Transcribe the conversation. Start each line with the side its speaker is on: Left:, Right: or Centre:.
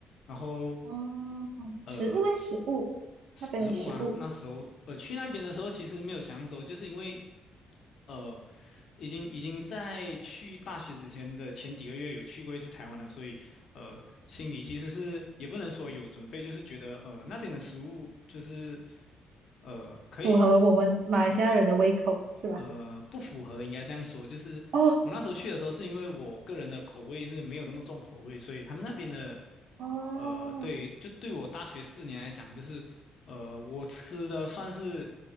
Left: 然后，
Right: 哦，
Left: 呃，
Right: 食物诶，食物，
Left: 食物嘛，
Right: 那边的食物
Left: 那时候呃去那边的时候，其实没有想那么多，就是因为呃已经已经在去大学之前的前几个月有去过一次台湾了，所以呃心里其实是也不能说有准备，就是觉得呃那边的食物就是呃可以。
Right: 符合我们马来西亚人的胃口，
Left: 哦
Right: 是吧？
Left: 呃，不符合，应该这样说。就是我那时候去的时候，
Right: 哦，
Left: 是因为我个人的口味是没有那么重口味，所以他们那边的，
Right: 哦，
Left: 呃，对，就对我大学四年来讲，就是呃，我吃的算是